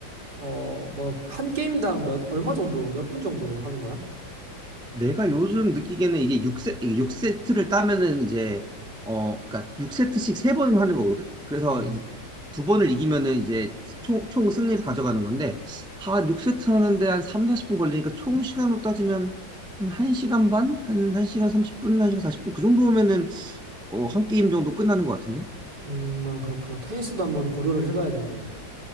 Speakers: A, on the right (about 60°); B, in the centre.
A: 어, 뭐, 한 게임당 몇, 얼마 정도, 몇 분 정도 하는 거야?
B: 내가 요즘 느끼기에는 이게 6세, 육세트를 따면은 이제 어 그러니까 6세트씩 세번을 하는 거거든. 그래서
A: 음,
B: 이제 두 번을 이기면은 이제 총, 총 승리를 가져가는 건데 한 6세트 하는데 한 3, 40분 걸리니까 총 시간으로 따지면 한 1시간 반? 한 1시간 30분, 1시간 40분? 그 정도면은 어, 한 게임 정도 끝나는 것 같은데?
A: 음, 아, 그렇구나. 테니스도 한번 고려를 해봐야겠네.